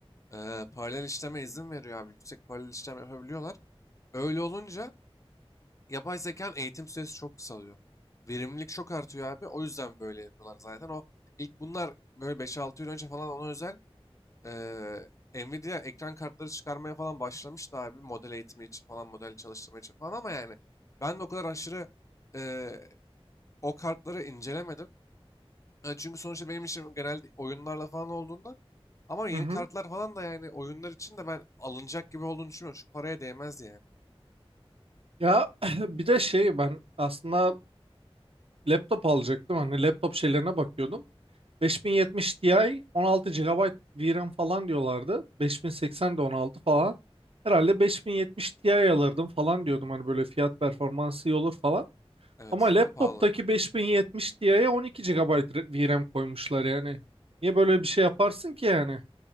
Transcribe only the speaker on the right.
Hı hı.
Ya <clears throat> bir de şey ben aslında laptop alacaktım hani laptop şeylerine bakıyordum. 5070 Ti 16 gigabayt VRAM falan diyorlardı. 5080 de 16 falan. Herhalde 5070 Ti alırdım falan diyordum hani böyle fiyat performansı iyi olur falan.
Ama laptoptaki
5070 Ti'ye 12 GB VRAM koymuşlar yani. Niye böyle bir şey yaparsın ki yani?